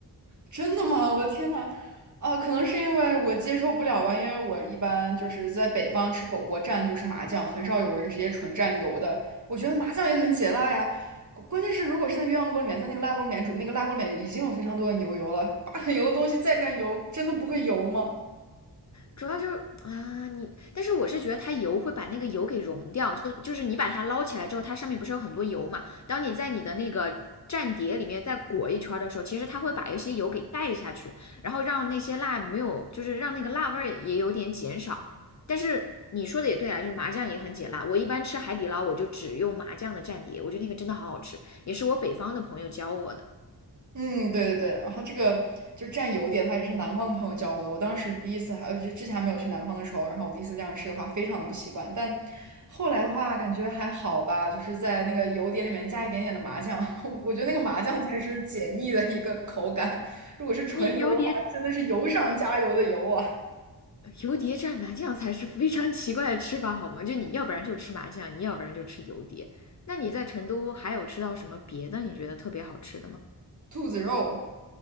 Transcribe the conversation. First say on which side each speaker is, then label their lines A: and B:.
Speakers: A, on the right; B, on the left.
A: 真的吗？<laughs> 我的天呐！啊，可能是因为我接受不了吧，因为我一般就是在北方吃火锅蘸就是麻酱，很少有人直接纯蘸油的。我觉得麻酱也很解辣呀。关关键是如果是在鸳鸯锅里面，在那个辣锅里面煮，那个辣锅里面已经有非常多的牛油了，把很油的东西再蘸油，真的不会油吗？
B: 主要就是啊，你，但是我是觉得它油会把那个油给溶掉，就就是你把它捞起来之后，它上面不是有很多油嘛？当你在你的那个蘸碟里面再裹一圈的时候，其实它会把一些油给带下去，然后让那些辣没有，就是让那个辣味儿也有点减少。但是你说的也对啊，就是麻酱也很解辣。我一般吃海底捞，我就只用麻酱的蘸碟，我觉得那个真的好好吃，也是我北方的朋友教我的。
A: 嗯，对对对，然后这个就蘸油碟的话，也是南方的朋友教我的。我当时第一次还呃就之前还没有去南方的时候，然后我第一次这样吃的话，非常的不习惯。但后来的话，感觉还好吧，就是在那个油碟里面加一点点的麻酱，<laughs> 我我觉得那个麻酱才是解腻的一个口感。如果是纯油的话，
B: 你油碟
A: 真的是油上加油的油啊，
B: 油碟蘸麻酱才是非常奇怪的吃法，好吗？就你要不然就吃麻酱，你要不然就吃油碟。那你在成都还有吃到什么别的你觉得特别好吃的吗？
A: <laughs> 兔子肉